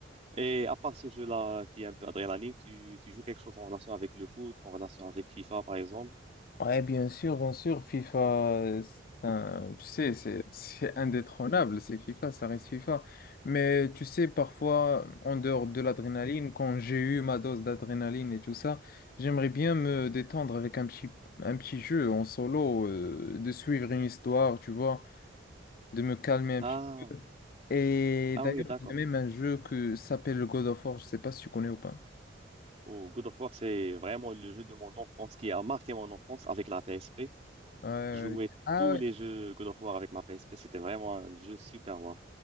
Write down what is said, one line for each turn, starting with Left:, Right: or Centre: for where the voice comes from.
Right: Et à part ce jeu-là qui est un peu adrénaline, tu, tu joues quelque chose en relation avec le foot, en relation avec FIFA par exemple?
Left: Ouais, bien sûr, bien sûr, FIFA, euh, c'est un- tu sais, c'est c'est indétrônable, c'est FIFA, ça reste FIFA. Mais tu sais, parfois, en dehors de l'adrénaline, quand j'ai eu ma dose d'adrénaline et tout ça, j'aimerais bien me détendre avec un petit, un petit jeu en solo, euh, de suivre une histoire, tu vois, de me calmer un
Right: Ah,
Left: petit. Et
Right: ah
Left: d'ailleurs,
Right: oui, d'accord.
Left: il y a même un jeu que s'appelle God of War, je sais pas si tu connais ou pas.
Right: Oh, God of War, c'est vraiment le jeu de mon enfance qui a marqué mon enfance avec la PSP.
Left: Ouais, ouais.
Right: Je jouais
Left: Ah
Right: tous
Left: ouais,
Right: les jeux God of War avec ma PSP, c'était vraiment un jeu super wow.